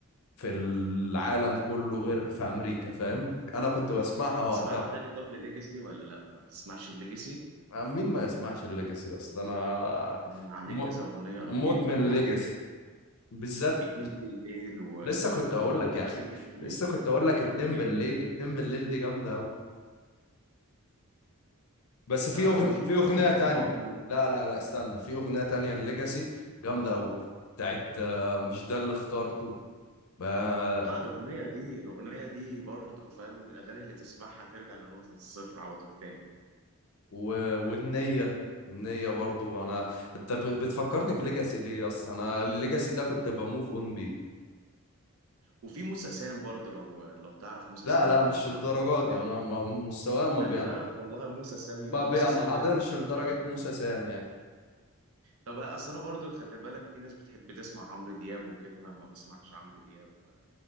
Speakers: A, on the left; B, on the right.
A: في العالم كله غير في امريكا فاهم انا كنت بسمعها
B: بتسمع
A: وقتها
B: اغاني طب لليجاسي ولا لا ما بتسمعش الليجاسي
A: آه، مين ما يسمعش الليجاسي اصلا انا
B: عليه
A: م...
B: كذا اغنيه رهيبه
A: مدمن
B: يعني
A: ليجاسي بالذات
B: اتنين بالليل و
A: لسه كنت هقول
B: واغاني
A: لك يا اخي
B: اغاني
A: لسه كنت هقول لك
B: اغاني
A: اتنين
B: خطيره
A: بالليل اتنين بالليل دي جامده قوي بس في
B: ف
A: اغنيه
B: وفي
A: في
B: كمان
A: اغنيه
B: مروان
A: تانية
B: بابلو
A: لا لا لا استنى في اغنيه تانية الليجاسي جامده قوي بتاعت آه، مش ده اللي اخترته آه،
B: اه الاغنيه دي الاغنيه دي برضه فاهم من الاغاني اللي تسمعها ترجع لنقطه الصفر على طول تاني
A: و- والنيه النيه برضو انا انت ب- بتفكرني بليجاسي ليه اصلا انا الليجاسي ده كنت بموف اون بيه
B: وفي موسى سام برضه لو لو تعرف موسى
A: لا
B: سام
A: لا مش
B: برضه
A: الدرجات
B: عن-
A: دي انا ما- مستواي ما
B: خلي
A: بينح
B: بالك والله موسى سامي
A: ما
B: موسى
A: بينحدرش
B: سام لازم
A: لدرجه
B: تتفرج عليه.
A: موسى سام يعني
B: طب اصل انا برضه خلي بالك في ناس بتحب تسمع عمرو دياب وكده انا ما بسمعش عمرو دياب ولا